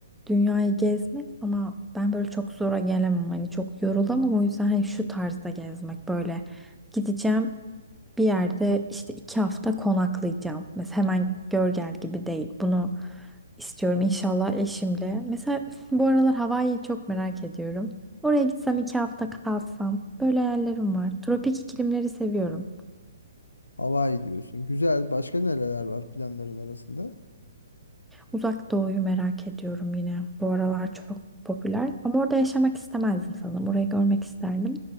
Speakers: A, in the centre; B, on the left.
A: dünyayı gezmek ama ben böyle çok zora gelemem hani çok yorulamam o yüzden hani şu tarzda gezmek böyle gideceğim bir yerde işte iki hafta konaklayacağım mesela hemen gör gel gibi değil bunu istiyorum inşallah eşimle mesela <laughs> bu aralar Hawaii'yi çok merak ediyorum oraya gitsem iki hafta kalsam böyle hayallerim var tropik iklimleri seviyorum.
B: Hawaii diyorsun. Güzel. Başka nereler var planların arasında?
A: Uzak Doğu'yu merak ediyorum yine. Bu aralar çok popüler. Ama orada yaşamak istemezdim sanırım. Orayı görmek isterdim.